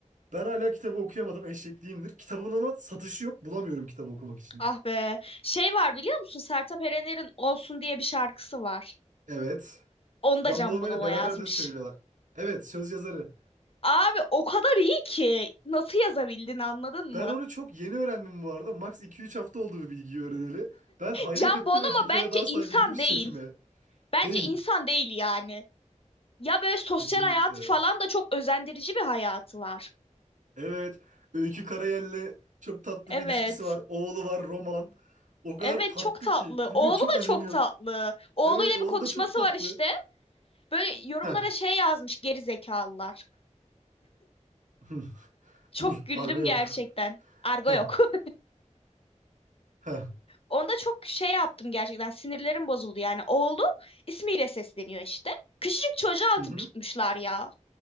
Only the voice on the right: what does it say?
Ben hala kitabı okuyamadım, eşekliyimdir. Kitabın ama satışı yok. Bulamıyorum kitabı okumak için.
Evet.
Can
Bonomo
ile beraber
de söylüyorlar. Evet, söz yazarı.
Ben
onu çok yeni öğrendim bu arada. Max iki üç hafta oldu bu bilgiyi öğreneli. Ben hayret
ettim
ve bir kere
daha saygı
duydum şefime.
Değil.
Kesinlikle.
Evet. Öykü Karayel'le çok tatlı
bir ilişkisi var. Oğlu var Roman. O kadar
tatlı
ki. Bilmiyorum
çok
özeniyorum.
Evet oğlu
da çok tatlı.
Heh.
Hı.
Dur.
Argo yok.
Heh.
Heh.
Hı
hı.